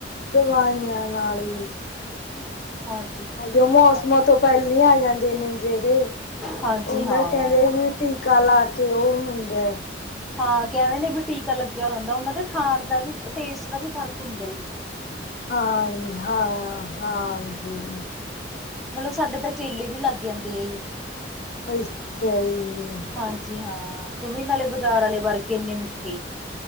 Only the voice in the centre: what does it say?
ਹਾਂ
ਹਾਂਜੀ
ਹਾਂ
ਹਾਂ ਕਹਿਦੇ ਨੇ ਵੀ ਟੀਕਾ ਲੱਗਿਆ ਹੁੰਦਾ ਉਹਨਾਂ ਦੇ ਖਾਣ ਦਾ ਵੀ, ਟੇਸਟ ਦਾ ਵੀ, ਫ਼ਰਕ ਹੁੰਦਾ ਯੀ।
ਮਲਬ ਸਾਡੇ ਤਾਂ ਕੇਲੇ ਵੀ ਲੱਗ ਜਾਂਦੇ ਏ ਯੀ।
ਹਾਂਜੀ ਹਾਂ, ਜਮੀ ਨਾਲੇ ਬਜ਼ਾਰ ਆਲੇ ਵਰਗੇ ਇੰਨੇ ਮਿੱਠੇ